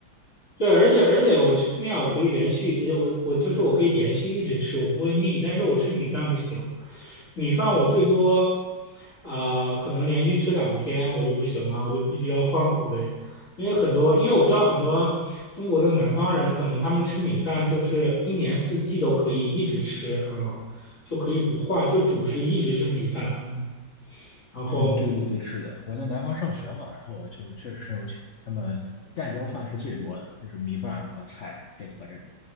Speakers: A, on the left; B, on the left.
A: 对，而且而且我吃面我可以连续，呃我我就是我可以连续一直吃，我不会腻。但是我吃米饭不行，米饭我最多，呃，可能连续吃两天我就不行了，我就必须要换口味。因为很多，因为我知道很多中国的南方人，可能他们吃米饭就是一年四季都可以一直吃，嗯，就可以不换，就主食一直是米饭，嗯，然后
B: 嗯，对对对，是的，我在南方上学嘛，然后我就确实深有体会，他们盖浇饭是最多的，就是米饭和菜配合这种。